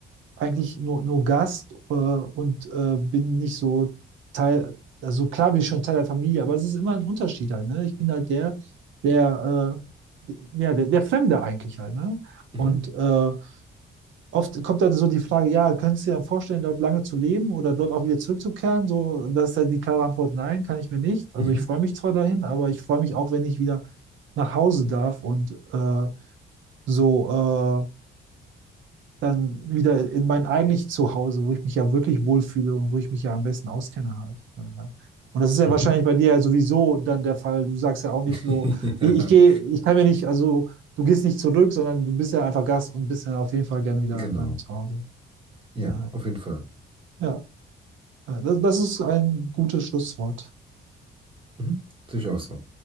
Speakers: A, on the right (about 75°); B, on the right (about 25°).
A: eigentlich nur, nur Gast äh, und äh, bin nicht so Teil, also klar bin ich schon Teil der Familie, aber es ist immer ein Unterschied halt, ne? Ich bin halt der, der, äh, ja, der, der Fremde eigentlich halt, ne?
B: mhm,
A: Und äh, oft kommt dann so die Frage, ja, könntest du dir dann vorstellen, dort lange zu leben oder dort auch wieder zurückzukehren? So, das ist halt die klare Antwort, nein, kann ich mir nicht. Also
B: mhm,
A: ich freue mich zwar dahin, aber ich freue mich auch, wenn ich wieder nach Hause darf und äh, so äh, dann wieder in mein eigentlich Zuhause, wo ich mich ja wirklich wohlfühle und wo ich mich ja am besten auskenne halt. Ja. Und das ist ja
B: mhm.
A: wahrscheinlich bei dir ja sowieso dann der Fall. Du sagst ja auch nicht
B: <laughs>
A: so, ich, ich gehe,
B: Ja,
A: ich kann mir nicht, also du gehst nicht zurück, sondern du bist ja einfach Gast und bist ja auf jeden Fall gerne wieder
B: genau.
A: dann zu Hause.
B: Ja,
A: Äh,
B: auf jeden Fall.
A: ja, äh, das, das ist ein gutes Schlusswort.
B: Mhm. Sehe ich auch so.